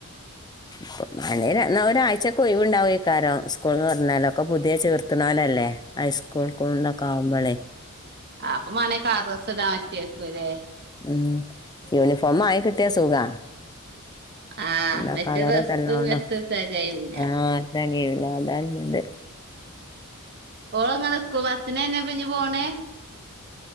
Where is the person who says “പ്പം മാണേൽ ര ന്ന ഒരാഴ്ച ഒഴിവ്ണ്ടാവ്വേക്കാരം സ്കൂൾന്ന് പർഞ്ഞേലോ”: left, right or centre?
Left